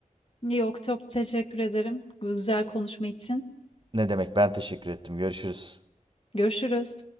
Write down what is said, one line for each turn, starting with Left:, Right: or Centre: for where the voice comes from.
Left: Yok çok teşekkür ederim bu güzel konuşma için.
Right: Ne demek? Ben teşekkür ettim. Görüşürüz.
Left: Görüşürüz.